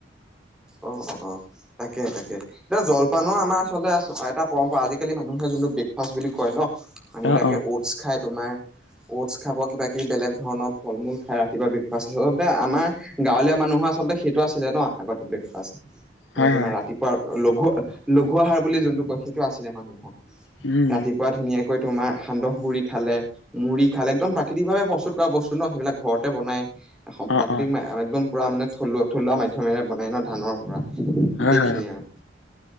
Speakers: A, in the centre; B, on the left.
A: অঁ, অঁ, অঁ, তাকে তাকে এতিয়া জলপানো আমাৰ আচলতে এটা, পৰম্পৰা আজিকালি মানুহে যোনটো ব্ৰেকফাষ্ট বুলি কয় ন মানুহবিলাকে
B: অ', অ',
A: অ'টছ খাই তোমাৰ, অ'টছ খাব কিবা কিবি বেলেগ ধৰণৰ ফল মূল খায়! ৰাতিপুৱা ব্ৰেকফাষ্ট আচলতে আমাৰ গাঁৱলীয়া মানুহৰ আচলতে সেইটো আছিলে ন আগতে ব্ৰেকফাষ্ট মানে
B: হয়,
A: তোমাৰ
B: হয়,
A: ৰাতি, পোৱাৰ লঘু লঘু আহাৰ বুলি যোনটো কয় সেইটো আছিলে মানুহৰ
B: উম,
A: ৰাতিপুৱা ধুনীয়াক, কৈ তোমাৰ সান্দহ গুড়ি খালে! মুড়ি খালে একদম প্ৰাকৃতিক ভাৱে প্ৰস্তুত কৰা বস্তু ন সেইবিলাক ঘৰতে বনাই! সম
B: অ',
A: প্ৰাকৃতিক
B: অ',
A: মা একদম পুৰা মানে থলুৱা থলুৱা মাধ্যমেৰেই বনাই ন ধানৰ পৰা!
B: হয়,
A: সেই
B: হয়,
A: খিনিয়ে আউ,